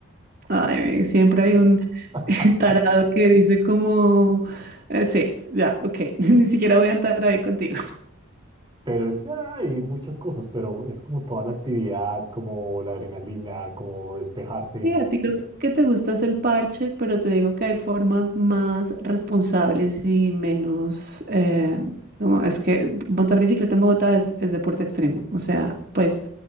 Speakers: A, on the right; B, on the right.
A: Ay, Miguel, siempre hay un
B: <laughs>
A: <laughs> tarado que dice como, eh, sí, ya, ok, <laughs> ni siquiera voy a entrar ahí contigo.
B: Pero es que hay muchas cosas, pero es como toda la actividad, como la adrenalina, como despejarse.
A: Sí, a ti lo que te gusta es el parche, pero te digo que hay formas más responsables y menos... eh, como es que montar bicicleta en Bogotá es, es deporte extremo. O sea, pues